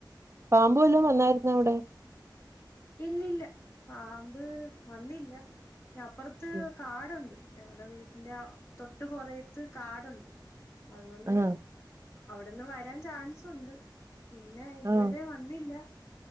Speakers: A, on the right; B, on the left.
A: പാമ്പ് വല്ലോം വന്നായിരുന്നവിടെ
B: ഇല്ലല്ല പാമ്പ് വന്നില്ല അപ്പുറത്ത്
A: ഉം
B: കാടുണ്ട് ഞങ്ങളടെ വീട്ടിന്റെ ആ തൊട്ട് പൊറയത്ത് കാടുണ്ട് അതുകൊണ്ട്
A: ആഹ്
B: അവിടെന്ന് വരാൻ ചാൻസുണ്ട് പിന്നെ ഇതുവരെ
A: ആഹ്
B: വന്നില്ല